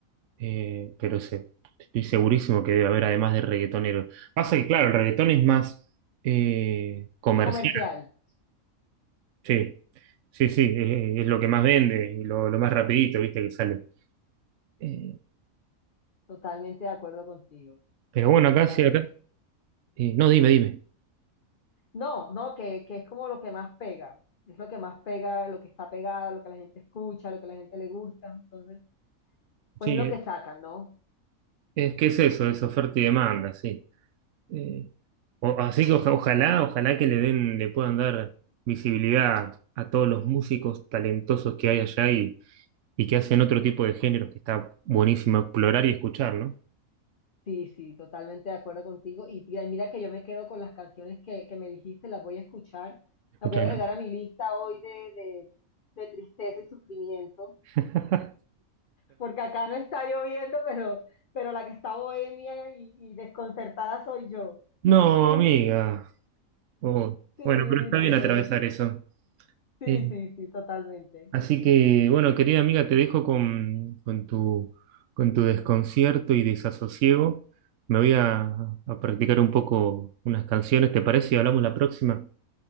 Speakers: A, on the right; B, on the left.
A: Eh, pero se- estoy segurísimo que debe haber además de reggaetonero. Pasa que, claro, el reggaetón
B: sí.
A: es más eh, comercial.
B: Comercial,
A: Sí, sí, sí, eh, es lo que más vende y lo, lo más rapidito, viste, que sale. Eh,
B: totalmente de acuerdo contigo,
A: pero bueno, acá
B: totalmente.
A: sí, acá. eh, no, dime, dime.
B: No, no, que, que es como lo que más pega, es lo que más pega, lo que está pegado, lo que la gente escucha, lo que la gente le gusta, entonces, pues
A: Sí,
B: es lo que sacan, ¿no?
A: es que es eso, es oferta y demanda, sí. Eh, o- así que oja- ojalá, ojalá que le den, le puedan dar visibilidad a todos los músicos talentosos que hay allá y, y que hacen otro tipo de géneros que está buenísimo explorar y escuchar, ¿no?
B: Sí, sí, totalmente de acuerdo contigo. Y mira, mira que yo me quedo con las canciones que, que me dijiste, las voy a escuchar,
A: Escúchame.
B: las voy a agregar a mi lista hoy de, de, de tristeza y sufrimiento,
A: <laughs>
B: porque acá no está lloviendo, pero, pero la que está bohemia y, y desconcertada soy yo.
A: No, amiga. Oh,
B: Sí,
A: bueno, pero está bien
B: sí,
A: atravesar eso.
B: sí,
A: Eh,
B: sí, sí, totalmente.
A: así que, bueno, querida amiga, te dejo con, con tu, con tu desconcierto y desasosiego. Me voy a, a practicar un poco unas canciones, ¿te parece? Y hablamos la próxima.